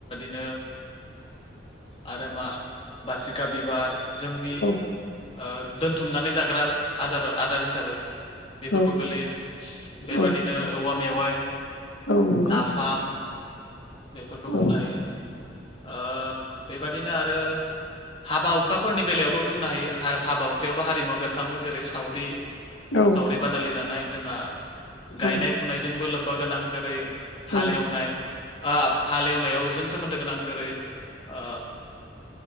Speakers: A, on the left; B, on the left.
A: ओ आरो मा बासिखा बिबार जोंनि
B: औ
A: ओ दोनथुमनानै जाग्रा आदार आदार हिसाबै बेफोरबो
B: औ
A: गोलैयो बेबादिनो
B: औ
A: औवा मेवाइ
B: औ नंगौ
A: नाफाम बेफोरखौ
B: औ
A: बुंनो हायो ओ बेबादिनो आरो हाबा हुखाफोरनि बेलायावबो बुंनो हायो हाबा हुखायावबो हारिमुव बेरखाङो जेरै सावरि
B: औ
A: सावरि बादालि जानाय जोंहा गायनाय
B: औ
A: फुनायजोंबो बो गोनां जेरै
B: औ
A: हालेवनाय ओ हालेवनायाव जों सोमोन्दो गोनां जेरै ओ